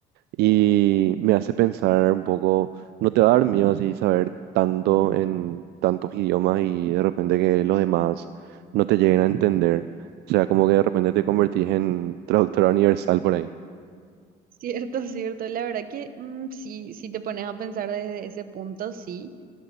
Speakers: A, on the right; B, on the right.
A: y me hace pensar un poco, ¿no te va a dar miedo así saber tanto en tantos idiomas y de repente que los demás no te lleguen a entender? O sea, como que de repente te convertís en traductora universal por ahí.
B: Cierto, <laughs> cierto. La verdad que mm, sí, si te pones a pensar desde ese punto, sí.